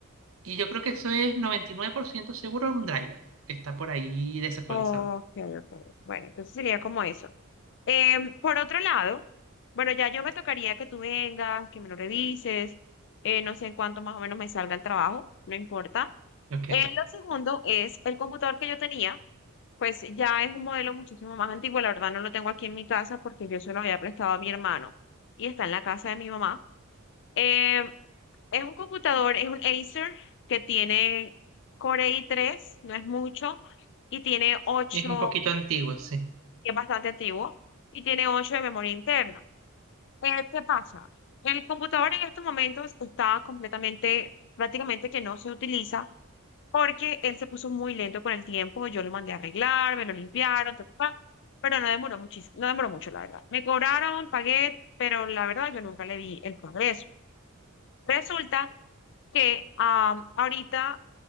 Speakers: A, on the right (about 65°); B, on the left (about 55°).
A: y yo creo que eso es 99% seguro un driver que está por ahí desactualizado.
B: Ok, ok. Bueno, entonces sería como eso. Em, por otro lado, bueno, ya yo me tocaría que tú vengas, que me lo revises, eh, no sé en cuánto más o menos me salga el trabajo, no importa.
A: Ok,
B: Eh, lo segundo es el computador que yo tenía, pues ya es un modelo muchísimo más antiguo, la verdad no lo tengo aquí en mi casa porque yo se lo había prestado a mi hermano y está en la casa de mi mamá. Eh, es un computador, es un Acer que tiene Core i3, no es mucho, y tiene 8
A: es un poquito antiguo, sí.
B: que es bastante antiguo, y tiene ocho de memoria interna. Eh, ¿qué pasa? El computador en estos momentos está completamente, prácticamente que no se utiliza porque él se puso muy lento con el tiempo, yo lo mandé a arreglar, me lo limpiaron, ta, ta, ta, pero no demoró muchísimo, no demoró mucho, la verdad. Me cobraron, pagué, pero la verdad yo nunca le vi el progreso. Resulta que am, ahorita